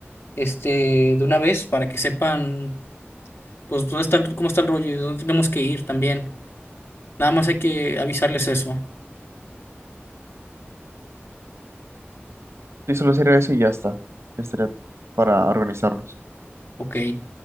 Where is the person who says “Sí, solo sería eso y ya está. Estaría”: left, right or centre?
Right